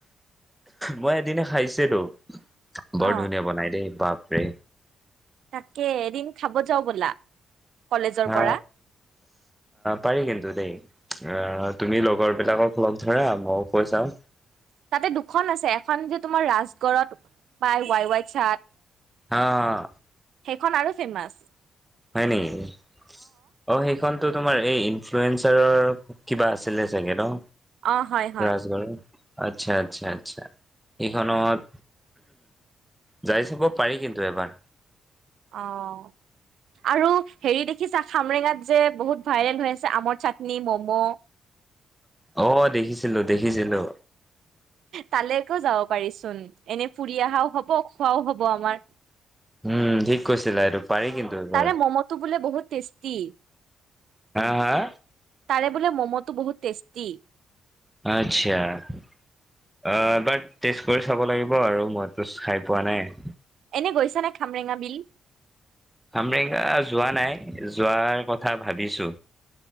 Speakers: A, in the centre; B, on the right.
A: মই এদিনে খাইছিলো। বৰ
B: অ
A: ধুনীয়া বনাই দেই বাপ, ৰে।
B: তাকে এদিন খাব যাও বলা। কলেজৰ
A: হা
B: পৰা
A: পাৰি কিন্তু দেই। আ তুমি লগৰ বিলাকক লগ ধৰা ময়ো কৈ চাও।
B: তাতে দুখন আছে এখন যে তোমাৰ ৰাজগড়ত পাই ৱাই-ৱাই চাট।
A: আহ,
B: সেইখন আৰু ফেমাচ।
A: হয় নেকি অ সেইখন তটো তোমাৰ এই ইনফ্লয়েজাৰৰ কিবা আছিলে চাগে ন।
B: অহ' হয়- হয়।
A: ৰাজগড়ৰ আচ্ছা - আচ্ছা - আচ্ছা এইখনত যাই চাব পাৰি কিন্তু এবাৰ।
B: অহ' আৰু হেৰি দেখিছা খামৰেঙাত যে বহুত ভাইৰেল হৈ আছে আমৰ চাটনি মম।
A: অহ ' দেখিছিলো- দেখিছিলো।
B: তালৈকে যাব পাৰিচোন এনে ফুৰি আহাও হব খোৱাও হব আমাৰ।
A: উম ঠিক কৈছিলা এইটো। পাৰি কিন্তু এবাৰ
B: তাৰে মমটো বোলে বহুত টেষ্টষ্টি।
A: হা হা
B: তাৰে বোলে মমটো বহুত টেষ্টি।
A: আচ্ছা অহ ' এবাৰ টেষ্ট কৰি চাব লাগিব আৰু মইতো খাই পোৱা নাই।
B: এনে গৈছ নে খামৰেঙা বিল?
A: খামৰেঙা যোৱা নাই যোৱাৰ কথা ভাবিছো।